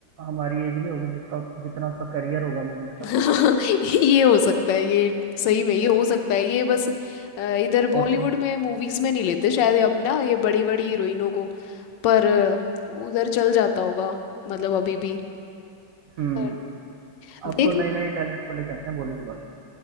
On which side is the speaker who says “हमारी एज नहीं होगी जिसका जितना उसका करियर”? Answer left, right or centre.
Right